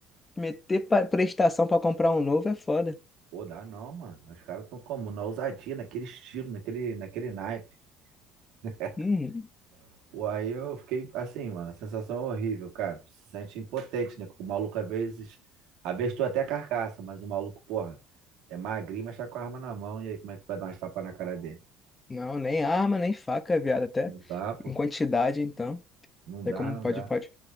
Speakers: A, on the left; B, on the right.
A: meter pa- prestação pra comprar um novo é foda.
B: Pô, dá não, mano. Os caras tão como? Na ousadia, naquele estilo, naquele, naquele naipe. <laughs>
A: Uhum.
B: Pô, aí eu fiquei assim, mano, a sensação é horrível, cara. Tu se sente impotente, né? O maluco às vezes, às vezes tu até carcaça, mas o maluco, porra, é magrinho, mas tá com a arma na mão. E aí, como é que tu vai dar umas tapas na cara dele?
A: Não, nem arma, nem faca, viado, até
B: Não dá, pô.
A: em quantidade, então. Não
B: Não
A: sei
B: dá,
A: como
B: não
A: pode,
B: dá.
A: pode,